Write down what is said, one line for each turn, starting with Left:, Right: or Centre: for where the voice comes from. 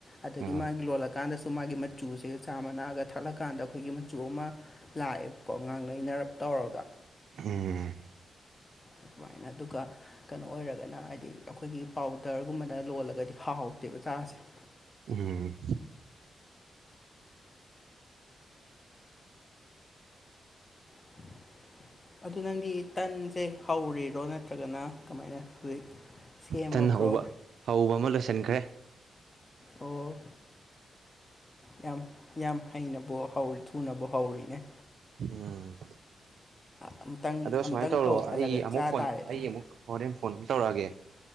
Left: ꯑꯗꯒꯤ
Right: ꯎꯝ
Left: ꯃꯥꯒꯤ ꯂꯣꯜꯂꯀꯥꯟꯗꯁꯨ ꯃꯥꯒꯤ ꯃꯆꯨꯁꯦ ꯆꯥ ꯃꯅꯥꯒ ꯊꯥꯛꯂꯀꯥꯟꯗ ꯑꯩꯈꯣꯏꯒꯤ ꯃꯆꯨ ꯑꯃ ꯂꯥꯛꯑꯦꯕꯀꯣ ꯉꯉꯥꯡ ꯂꯩꯩꯅꯔꯞ ꯇꯧꯔꯒ
Right: ꯎꯝ
Left: ꯑꯗꯨꯃꯥꯏꯅ ꯑꯗꯨꯒ ꯀꯩꯅꯣ ꯑꯣꯏꯔꯒꯅ ꯍꯥꯏꯗꯤ ꯑꯩꯈꯣꯏꯒꯤ ꯄꯥꯎꯗꯔꯒꯨꯝꯕꯅ ꯂꯣꯜꯂꯒꯗꯤ ꯍꯥꯎꯇꯦꯕ ꯆꯥꯁꯦ
Right: ꯎꯝ
Left: <inaudible> ꯑꯗꯨ ꯅꯪꯗꯤ ꯇꯟꯁꯦ ꯍꯧꯔꯤꯔꯣ ꯅꯠꯇ꯭ꯔꯒꯅ ꯀꯃꯥꯏꯅ ꯍꯧꯖꯤꯛ ꯁꯦꯝꯃꯕ꯭ꯔꯣ
Right: ꯊꯟ ꯍꯧꯕ ꯍꯧꯕ ꯑꯃ ꯂꯣꯏꯁꯤꯟꯈ꯭ꯔꯦ
Left: ꯑꯣ ꯌꯥꯝ ꯌꯥꯝ ꯍꯩꯅꯕ ꯍꯧꯔꯤ ꯊꯨꯅꯕꯨ ꯍꯧꯔꯤꯅꯦ
Right: ꯑꯝ
Left: ꯑꯝꯇꯪ
Right: ꯑꯗꯣ
Left: ꯑꯝꯇꯪ
Right: ꯁꯨꯃꯥꯏꯅ ꯇꯧꯔꯣ
Left: ꯍꯧꯍꯜꯂꯒ
Right: ꯑꯩ ꯑꯃꯨꯛ
Left: ꯆꯥ
Right: ꯐꯣꯟ
Left: ꯇꯥꯔꯦꯗꯅ
Right: ꯑꯩ ꯑꯃꯨꯛ ꯍꯣꯔꯦꯟ ꯐꯣꯟ ꯑꯃꯨꯛ ꯇꯧꯔꯛꯑꯒꯦ